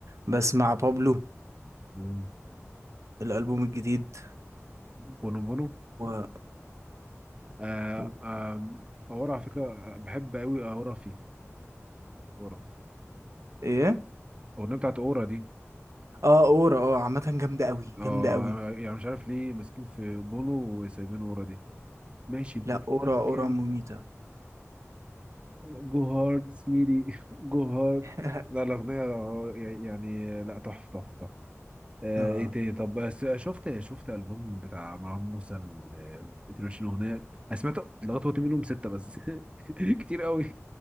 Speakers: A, on the right; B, on the right.
A: بسمع بابلو
B: مم.
A: الالبوم الجديد
B: بونو بونو
A: و اه
B: آه
A: و...
B: آه اورا على فكرة بحب قوي اورا فيه اورا
A: ايه
B: الاغنية بتاعت اورا دي
A: اه اورا اه عامه جامده قوي
B: اه
A: جامده قوي
B: يعني مش عارف ليه ماسكين في بونو وسايبين اورا دي ماشي بلان
A: لا اورا
B: كات
A: اورا مميته
B: جو هارد سميري جو هارد
A: <laughs>
B: لا الأغنية يعني لا تحفة تحفة تحفة آه
A: آه
B: ايه تاني طب بس شفت شفت البوم بتاع مروان موسى ال 22 اغنيه انا سمعت لغايه وقت منهم سته بس <laughs> كتير قوي